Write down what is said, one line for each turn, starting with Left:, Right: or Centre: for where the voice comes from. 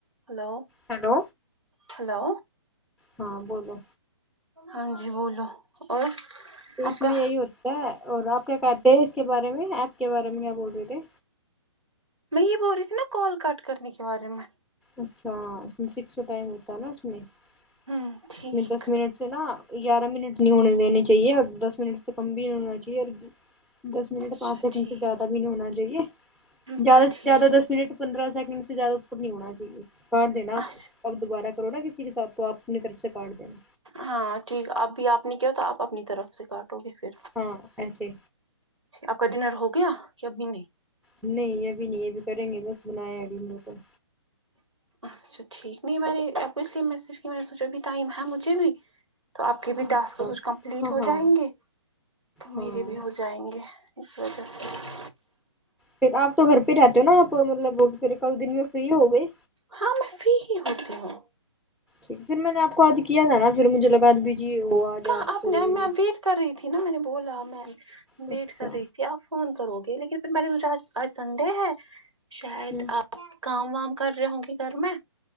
Right: Hello
Centre: hello
Right: hello
Centre: ہاں بولو
Right: ہاں جی بولو اور
Centre: تو اس
Right: آپ
Centre: میں
Right: کا
Centre: یہی ہوتا ہے اور آپ کیا کہتے ہیں اس کے بارے میں ایپ کے بارے میں کیا بول رہے تھے
Right: میں یہ بول رہی تھی نا کال کٹ کرنے کے بارے میں
Centre: اچھا اس میں فکس ٹائم ہوتا ہے نا اس میں اس
Right: ہوں ٹھیک
Centre: میں دس منٹ سے نا گیارہ منٹ نہیں ہونے دینے چاہیے اور دس منٹ سے کم بھی ہونا چاہیے اور دس منٹ
Right: اچھا
Centre: پانچ سیکنڈ
Right: ٹھیک
Centre: سے زیادہ بھی نہیں ہونا چاہیے
Right: اچھا
Centre: زیادہ سے
Right: ٹھیک
Centre: زیادہ دس منٹ پندرہ سیکنڈ سے زیادہ ج کاٹ دینا آپ
Right: اچھا
Centre: آپ دوبارہ کرو نا کہ پھر آپ اپنی طرف سے کاٹ دینا
Right: ہاں ٹھیک اب بھی آپ نے کیا ہو تو آپ اپنی طرف سے کاٹو گے پھر
Centre: ہاں ایسے
Right: آپ کا ڈنر ہو گیا یا ابھی نہیں
Centre: نہیں ابھی نہیں ابھی کریں گے بس بنایا ابھی ان کو
Right: اچھا ٹھیک نہیں میں نے آپ کو اس لیے میسج کیا میں نے سوچا ابھی ٹائم ہے مجھے بھی تو آپ کے بھی ٹاسک
Centre: اچھا
Right: کچھ کمپلیٹ ہو
Centre: ہاں
Right: جائیں گے میرے
Centre: ہاں
Right: بھی ہو جائیں گے اس وجہ سے
Centre: پھر آپ تو گھر پہ رہتے ہو نا آپ مطلب پھر کئی دن میں فری ہو گئے
Right: ہاں میں فری ہی ہوتی ہوں
Centre: ھیک پھر میں نے آپ کو آج کیا تھا نا پھر مجھے لگا د بھیجی وہ آج
Right: کہاں
Centre: آپ پورے
Right: نے میں
Centre: دن
Right: ویٹ کر رہی تھی نا میں نے بولا میں
Centre: اچھا
Right: ویٹ کر رہی تھی آپ فون کرو گے لیکن پھر میں نے سونچا آج سنڈے ہے شاید
Centre: ہوں
Right: آپ کام وام کر رہے ہوں گے گھر میں